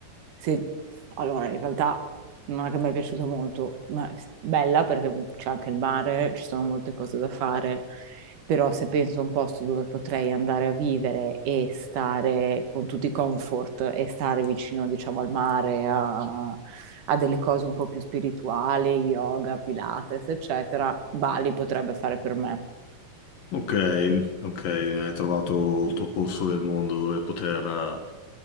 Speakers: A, on the right; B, on the left.
A: se... Allora, in realtà non è che mi è piaciuta molto, ma è bella perché c'è anche il mare, ci sono molte cose da fare, però se penso a un posto dove potrei andare a vivere e stare con tutti i comfort e stare vicino, diciamo, al mare, a, a delle cose un po' più spirituali, yoga, pilates, eccetera, Bali potrebbe fare per me.
B: Ok, ok, hai trovato il tuo posto del mondo dove poter eh,